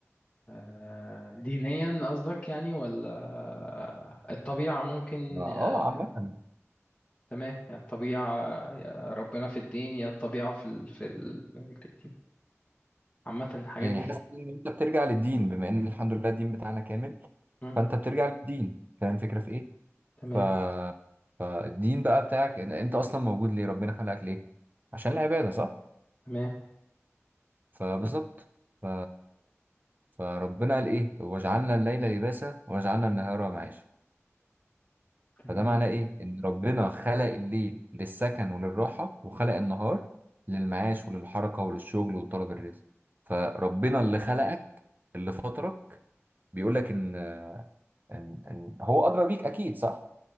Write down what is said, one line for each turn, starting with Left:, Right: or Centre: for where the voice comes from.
Left: آه، دينيا قصدك يعني ولا الطبيعة ممكن
Right: ما-
Left: آه،
Right: اه عامة
Left: تمام يا الطبيعة يا ربنا في الدين يا الطبيعة في ال... في ال... دي عامة الحاجات
Right: يعني
Left: دي
Right: حاسس ان انت بترجع للدين بما ان الحمد لله الدين بتاعنا كامل
Left: مم.
Right: فانت بترجع للدين فاهم الفكرة في ايه؟
Left: تمام
Right: ف... فالدين بقى بتاعك ان انت اصلا موجود ليه ربنا خلقك ليه عشان العباده صح
Left: تمام
Right: فبالظبط ف... فربنا قال ايه وجعلنا الليل لباسا وجعلنا النهار معاشا
Left: تمام
Right: فده معناه ايه ان ربنا خلق الليل للسكن وللراحه وخلق النهار للمعاش وللحركه وللشغل وطلب الرزق فربنا اللي خلقك اللي فطرك بيقول لك ان ان إن هو ادرى بيك اكيد صح